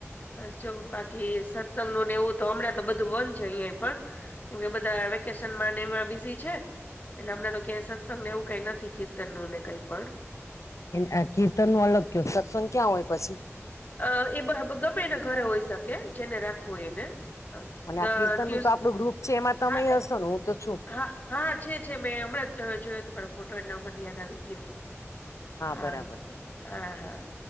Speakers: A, on the left; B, on the left.
A: બસ જો બાકી સ સગનુ એવું તો હમણાં તો બધું બન છે, અયે પણ કેમ કે બધા વેકેશનમાં એમાં બીઝી છે, એટલે હમણા તો કે સત્સંગ ને એવું કાઈ નથી કીર્તનને કઈ પણ
B: હા કીર્તન નું અલગ ક સત્સંગ ક્યાં હોય પછી
A: અ એ ગમે એને ઘરે હોઈ શકે જેને રાખવું એને અ,
B: અને
A: દ-
B: આ કીર્તન
A: ટ્યુસ
B: નું તો આપણું ગ્રુપ છે, એમાં તમે
A: હા
B: હશો
A: એ-
B: ને હું તો છું.
A: હા હા છે છે મેં હમણાં જ જોયો તમારો ફોટો એટલા મને યાદ આવી ગયુ હા
B: બરાબર બરાબર
A: હા હા